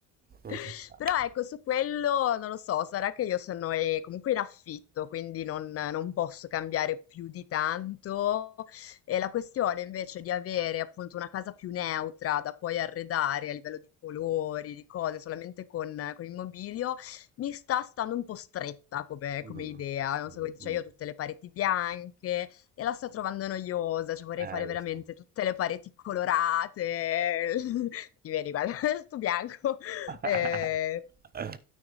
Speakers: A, on the right; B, on the left.
A: Non
B: <laughs>
A: c'è stato.
B: Però ecco, su quello non lo so, sarà che io sono eh, comunque in affitto, quindi non, non posso cambiare più di tanto. E la questione invece di avere appunto una casa più neutra da poi arredare a livello di colori, di cose, solamente con, con il mobilio, mi sta stando un po' stretta come,
A: Mm,
B: come
A: mm,
B: idea. Non so come dice,
A: mm.
B: io ho tutte le pareti bianche, e la sto trovando noiosa, cioè vorrei
A: Eh,
B: fare veramente
A: lo so.
B: tutte le pareti colorate, <laughs> ti vedi, guarda, <laughs> sto bianco.
A: <laughs>
B: Eh,